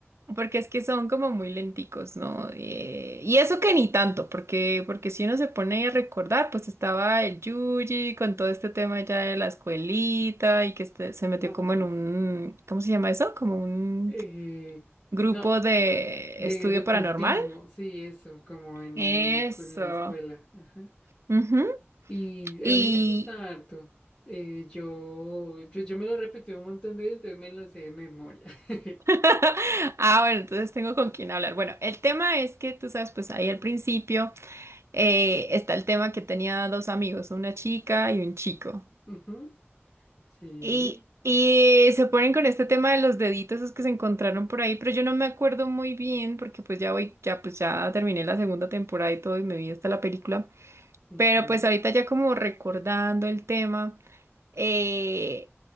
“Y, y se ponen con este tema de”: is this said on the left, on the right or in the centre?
Right